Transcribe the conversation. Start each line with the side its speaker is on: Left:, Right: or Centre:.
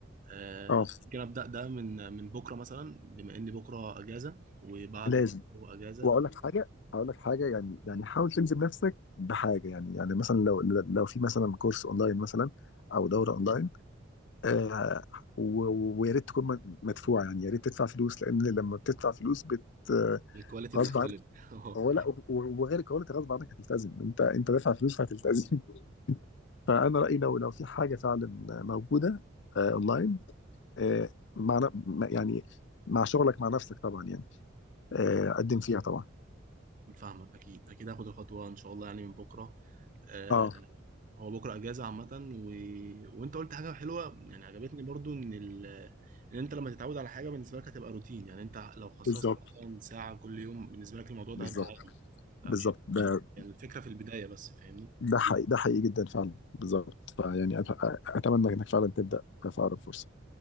Right: آه،
Left: اه
Right: ممكن ابدأ ده من من بكرة مثلا بما ان بكرة اجازة وبعده
Left: لازم
Right: برضه اجازة
Left: واقول لك حاجه هقول لك حاجه يعني يعني
Right: ف...
Left: حاول تلزم نفسك بحاجه يعني يعني مثلا لو لو في مثلا كورس اونلاين مثلا او دوره اونلاين آه، و- و- ويا ريت تكون م- مدفوعه يعني يا ريت تدفع فلوس لان لما بتدفع فلوس بت آه،
Right: الكواليتي بتختلف
Left: غصب عنك
Right: <laughs> اه
Left: هو لا و- وغير كده انت غصب عنك هتلتزم انت انت دافع فلوس فهتلتزم
Right: بالظبط
Left: <laughs> فانا رايي لو لو في حاجه فعلا موجوده آه، اونلاين آه، مع ن- م- يعني مع شغلك مع نفسك طبعا يعني آه، قدم فيها طبعا
Right: فاهمك اكيد اكيد هاخد الخطوه ان شاء الله يعني من بكره آه
Left: اه
Right: هو بكره اجازه عامه و... وانت قلت حاجه حلوه يعني عجبتني برضو ان ال... ان انت لما تتعود على حاجه بالنسبه لك هتبقى روتين يعني انت لو خصصت
Left: بالظبط
Right: مثلا ساعه كل يوم بالنسبه لك الموضوع ده
Left: بالظبط
Right: هيبقى عادي فمش
Left: بالظبط ده
Right: مش هت- يعني الفكره في البدايه بس فاهمني
Left: ده حقيقي ده حقيقي جدا فعلا بالظبط فيعني أت- اتمنى انك فعلا تبدا في اقرب فرصه